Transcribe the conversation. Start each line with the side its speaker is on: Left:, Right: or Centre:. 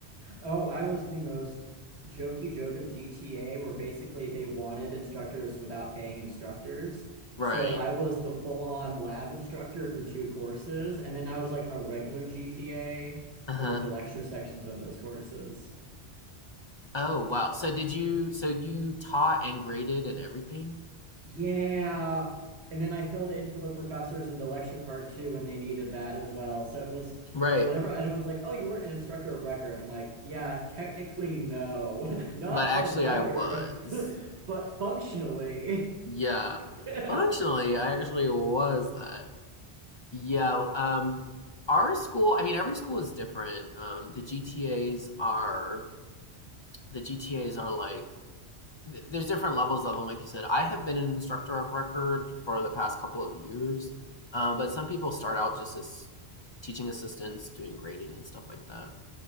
Right: Oh, I was the most jokey joke of GTA, where basically they wanted instructors without paying instructors.
Left: right?
Right: So I was the full-on lab instructor for two courses, and then I was like a regular GTA
Left: Uh huh.
Right: for the lecture sections of those courses.
Left: Oh, wow. So did you, so you taught and graded and everything?
Right: Yeah. And then I filled in for the professors in the lecture part too when they needed that as well. So it was
Left: Right.
Right: whenever anyone's like, "Oh, you weren't an instructor of record." I'm like, "Yeah, technically no. <laughs> Not
Left: But
Right: of
Left: actually,
Right: record,
Left: I was.
Right: <laughs> but functionally."
Left: Yeah.
Right: <laughs>
Left: Functionally, I actually was that. Yeah. Um, our school, I mean, every school is different. Um, the GTAs are, the GTAs are like, th- there's different levels of them, like you said. I have been an instructor of record for the past couple of years. Um, but some people start out just as teaching assistants, doing grading and stuff like that.